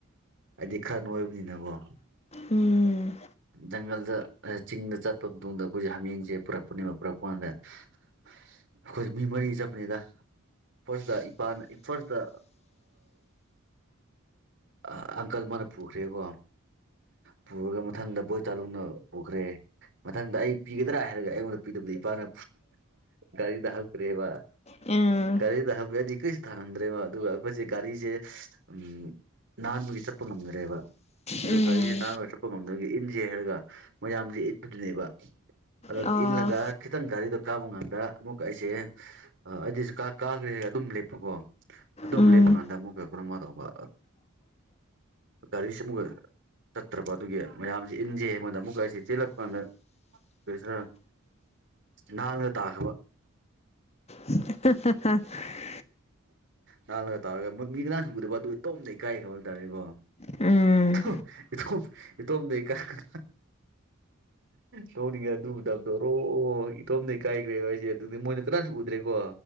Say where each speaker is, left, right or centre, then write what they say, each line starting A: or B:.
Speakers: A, on the right; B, on the left.
A: ꯑꯩꯗꯤ ꯈꯔ ꯅꯣꯏꯕꯅꯤꯅꯀꯣ
B: ꯎꯝ
A: ꯖꯪꯒꯜꯗ ꯆꯤꯡꯗ ꯆꯠꯄ ꯃꯇꯨꯡꯗ ꯑꯩꯈꯣꯏ ꯃꯤꯡꯖꯦ ꯄꯨꯔꯛꯄꯅꯦꯕ ꯄꯨꯔꯛꯄ ꯀꯥꯟꯗ ꯑꯩꯈꯣꯏꯖꯦ ꯃꯤ ꯃꯔꯤ ꯆꯠꯄꯅꯤꯗ ꯐꯥꯔꯁꯇ ꯏꯄꯥꯅ ꯐꯥꯔꯁꯇ ꯑ ꯑꯪꯀꯜ ꯑꯃꯥꯅ ꯄꯨꯈ꯭ꯔꯦꯀꯣ ꯄꯨꯔꯒ ꯃꯊꯪꯗ ꯕꯣꯏ ꯇꯥꯂꯨꯛꯅ ꯄꯨꯈ꯭ꯔꯦ ꯃꯊꯪꯗ ꯑꯩ ꯄꯤꯒꯗ꯭ꯔꯥ ꯍꯥꯏꯔꯒ ꯑꯩꯉꯣꯟꯗ ꯄꯤꯗꯕꯤꯗ ꯏꯄꯥꯅ ꯒꯥꯔꯤꯗ ꯍꯞꯈ꯭ꯔꯦꯕ
B: ꯎꯝ
A: ꯒꯥꯔꯤꯗ ꯍꯥꯞꯈ꯭ꯔꯗꯤ ꯀꯔꯤꯁꯨ ꯊꯥꯡꯍꯟꯗ꯭ꯔꯦꯕ ꯑꯗꯨꯒ ꯑꯩꯈꯣꯏꯖꯦ ꯒꯥꯔꯤꯖꯦ ꯎꯝ ꯅꯥꯟꯕꯒꯤ ꯆꯠꯄ ꯉꯝꯗꯔꯦꯕ ꯗꯨ
B: ꯎꯝ
A: ꯒꯥꯔꯤꯖꯦ ꯅꯥꯟꯕꯒꯤ ꯆꯠꯄ ꯉꯝꯗꯕꯒꯤ ꯏꯟꯖꯦ ꯍꯥꯏꯔꯒ ꯃꯌꯥꯝꯖꯦ ꯏꯠꯄꯗꯨꯅꯦꯕ ꯑꯗꯨ
B: ꯑꯥ
A: ꯏꯜꯂꯒ ꯈꯤꯇꯪ ꯒꯥꯔꯤꯗꫭ ꯀꯥꯕ ꯀꯥꯟꯗ ꯑꯃꯨꯛ ꯑꯩꯁꯦ ꯑ ꯑꯩꯗꯤ ꯖꯤꯀꯥ ꯀꯥꯒ꯭ꯔꯦ ꯑꯗꯨꯝ ꯂꯦꯞꯄꯀꯣ ꯑꯗꯨꯝ
B: ꯎꯝ
A: ꯂꯦꯞꯄ ꯀꯥꯟꯗ ꯑꯃꯨꯛꯀ ꯀꯔꯃ ꯇꯧꯕ ꯒꯥꯔꯤꯁꯤ ꯑꯃꯨꯛꯀ ꯆꯠꯇ꯭ꯔꯕ ꯑꯗꯨꯒꯤ ꯃꯌꯥꯝꯁꯤ ꯏꯟꯖꯦ ꯑꯩꯉꯣꯟꯗ ꯑꯃꯨꯛ ꯑꯩꯁꯦ ꯆꯦꯜꯂꯛ ꯀꯥꯟꯗ ꯀꯔꯤꯁ ꯅꯜꯕꯗ ꯇꯥꯈ꯭ꯔꯕ
B: <unintelligible>
A: ꯅꯜꯂꯒ ꯇꯥꯔꯒ ꯃꯤꯒꯥꯡꯁꯨ ꯎꯒꯗꯕ ꯑꯗꯨ ꯏꯇꯣꯝꯇ ꯏꯀꯥꯏꯈꯤꯕ ꯍꯥꯏꯇꯥꯥꯔꯦꯀꯣ
B: ꯎꯝ
A: ꯏꯇꯣꯝ ꯏꯇꯣꯝ ꯏꯇꯣꯝꯗ ꯏꯀꯥꯏ ꯅꯣꯛꯅꯤꯡꯉꯦ ꯑꯗꯨ ꯃꯇꯝꯗꫭ ꯔꫭ ꯏꯇꯣꯝꯗ ꯏꯀꯥꯏꯒ꯭ꯔꯦꯕ ꯑꯩꯏꯖꯦ ꯑꯗꯨꯗꯤ ꯃꯣꯏꯅ ꯀꯅꯥꯁꯨ ꯎꯗ꯭ꯔꯦꯀꯣ